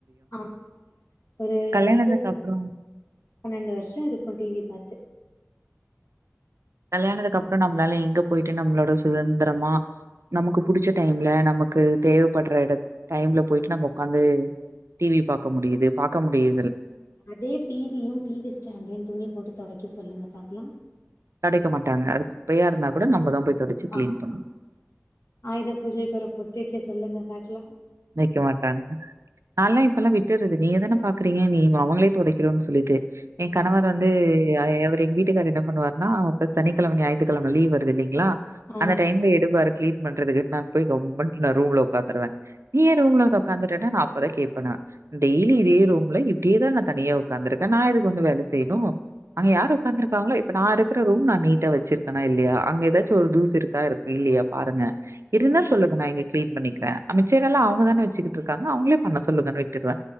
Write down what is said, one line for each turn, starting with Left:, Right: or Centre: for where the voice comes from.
Left: அ ஒரு
Right: கல்யாணத்துக்கு
Left: பத்து
Right: அப்புறம்
Left: பன்னண்டு வர்ஷ இருக்கு டீவி பாத்து
Right: கல்யாணதுக் அப்ரொ நம்ளால எங்க போயிட்டு நம்ளோட சுதந்ரமா நமுக்கு புடுச்ச டைம்ல நம நமக்கு தேவைப்படுற இடத் டைம்ல போயிட்டு நம்ம உக்காந்து டிவி பாக்க முடியுது பாக்க முடியு
Left: அதே டிவியு டிவி ஸ்டாண்டையு துணி போட்டு தொடைக்க சொல்லுங்க பாக்கலா
Right: டைக்க மாட்டாங்க அது குப்பையா இருந்தா கூட நம்ப தா போய் தொடச்சு கிளீன்
Left: ஆமா
Right: பண்ணணும்.
Left: ஆயுத பூஜைக்கு ஒரு பொட்டு வைக்க சொல்லுங்க பாக்கலா
Right: வைக்க மாட்டாங்க நான்ல்லா இப்பெல்லா விட்டுறது நீங்க தானப் பாக்குறீங்க நீ அவங்களே தொடைக்கிறுனு சொல்லிட்டு எ கணவர் வந்து அவர் எங்க வீட்டுக்கார் என்ன பண்ணுவாருன்னா அ அப்ப சனிக்கெழம ஞாயித்துக்கெழம லீவ் வருது இலைங்கிளா
Left: ஆ
Right: அந்த டைம்ல எடுபாரு கிளீன் பண்றதுக்கு நான் போய் கம்முனு நா ரூம்ல உக்காந்துருவ நீ ஏ ரூம்ல வந்து உக்காந்துட்டனா நா அப் பதா கேப்ப நா டெய்லி இதே ரூம்ல இப்படியேதா நா தனியா உக்காந்துருக்க நா எதுக்கு வந்து வேலை செய்யணு அங்க யார் உக்காந்துருக்காங்களோ இப்ப நா இருக்கிற ரூம் நா நீட்டா வச்சிருக்கனா இல்லையா அங்க ஏதாச்சு ஒரு தூசு இருக்கா இரு இல் கியா பாருங்க இருந்தா
Left: ம்
Right: சொல்லுங்க நா இங்க கிளீன் பண்ணிக்கிறே அமித் ஷேரல்லா அவங்க தான வச்சுக்கிட்டு இருக்காங்க அவங்கள பண்ண சொல்லுங்கன்னு விட்டுருவே